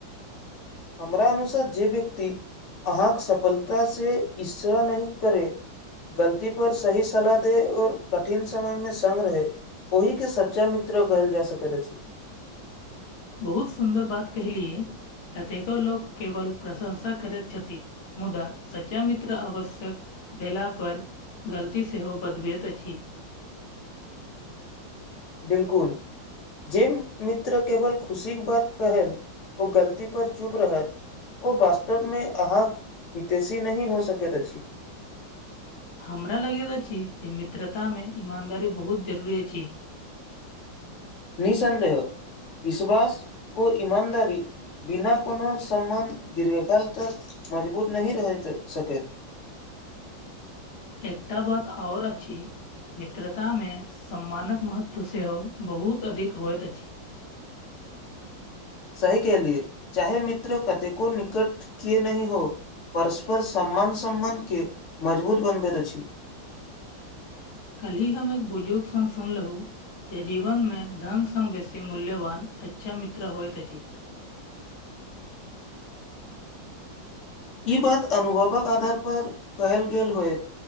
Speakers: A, on the left; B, on the left.
A: हमरा अनुसार जे व्यक्ति अहाँके सफलतासँ इशरा नहि करै गलती पर सही सलाह दे आओर कठिन समय में संग रहै ओहि के सच्चा मित्र कहल जा सकैत अछि
B: बहुत सुन्दर बात कहलिय कतेको लोक केवल प्रशंसा करैत छथि मुदा सच्चा मित्र आवश्यक भेला पर गलती सेहो बदभेत अछि।
A: बिलकुल जे मित्र केवल खुशीके बात कहै ओ गलतीपर चुभ रहल। ओ वास्तव मे अहाँक हितेशी नहि हो सकैत अछि।
B: हमरा लगैत अछि जे मित्रता मे ईमानदारी बहुत जरुररी अछि।
A: निःसन्देह विश्वास ओ इमानदारी बिना कोनो सम्बन्ध दीर्घकाल तक मजबूत नहि रहि सकैत।
B: एकटा बात आओर अछि मित्रतामे सम्मानक महत्व सेहो बहुत अधिक होइत अछि।
A: सही कलियै चाहे मित्र कतेको निकट किये नहि हो। परस्पर सम्मान सम्बन्धके मजबूत बनबैत अछि।
B: कलहि हम एक बुजुर्ग संग सुनलहु जे जीवनमे धनसँ बेसी मूल्यवान अच्छा मित्र होइत अछि।
A: ई बात अनुभवक आधारपर कहल गेल होयत।